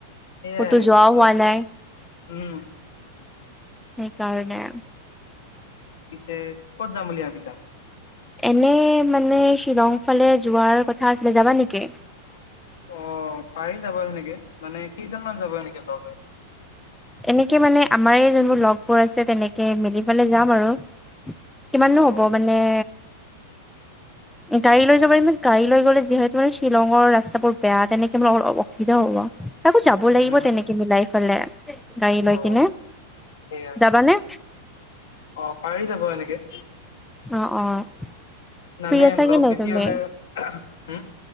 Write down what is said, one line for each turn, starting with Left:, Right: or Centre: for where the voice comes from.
Left: সেৱাই,
Centre: ক'তো যোৱাও
Left: অলপ
Centre: হোৱা সেইকাৰণে
Left: উম পিছে, ক'ত যাম বুলি ভাবিছা?
Centre: এনে মানে শ্বিলং ফালে যোৱাৰ কথা আছিলে, যাবা নেকি?
Left: অ' পাৰি যাব সেনেকে মানে কেইজন মান যাব এনেকে লগ হৈ।
Centre: এনেকে মানে আমাৰ যোনবোৰ লগবোৰ আছে তেনেকে মিলি পেলাই যাম আৰু। কিমানো
Left: অ
Centre: হ'ব মানে
Left: <inaudible>
Centre: গাড়ী লৈ যাবাৰিমে গাড়ী লৈ গ'লে যিহেতু মানে শ্বিলঙ ৰা্তাবোৰ বেয়া তেনেকে মানে অলপ অসুবিধা হ'ব। আকৌ যাব লাগিব
Left: উম
Centre: তেনেকে মিলাই ফালে গাড়ী লৈ
Left: অ
Centre: কিনে,
Left: সেইয়াই
Centre: যাবানে?
Left: অ, পাৰি যাব এনেকে।
Centre: অ, অ।
Left: মানে
Centre: ফ্ৰী আছা
Left: লগ
Centre: কি নাই
Left: বেছি
Centre: তুমি?
Left: হলে হুম